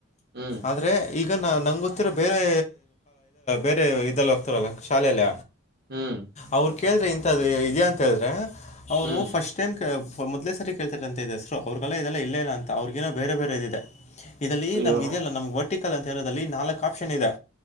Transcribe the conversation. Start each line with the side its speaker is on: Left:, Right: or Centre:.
Right: ಹ್ಮ್
Left: ಆದರೆ ಈಗ ನ ನಂಗ್ ಗೊತ್ತಿರ ಬೇರೆ ಬೇರೆ ಇದಲ್ಲಿ ಹೋಗ್ತಾರಲ್ಲ ಶಾಲೆಲ್ಲ
Right: ಹ್ಮ್
Left: ಅವರು ಕೇಳ್ರೆ ಇಂಥದ ಇದಿಯ ಅಂತ ಹೇಳಿದ್ರೆ ಅವರು
Right: ಹ್ಮ್
Left: ಫಸ್ಟ್ ಟೈಮ್ ಮೊದಲೇ ಸರಿ ಕೇಳ್ತಾರೆ ಅಂತ ಇದ್ರೆಸ್ರೂ ಅವ್ರಿಗೆಲ್ಲದೆಲ್ಲ ಇಲ್ಲ ಇಲ್ಲ ಅ ಅವ್ರಿಗೇನೋ ಬೇರೆ ಬೇರೆ ಇದಿದೆ ಇದಲ್ಲಿ
Right: ಅಯ್ಯೋ
Left: ನಮ್ಗೆ ಇದೆಯಲ್ಲ ನಮ ವರ್ಟ್ಟಿಕಲ್ ಅಂತ ಇರೋದಲ್ಲಿ ನಾಲ್ಕ್ ಆಪ್ಷನ್ ಇದೆ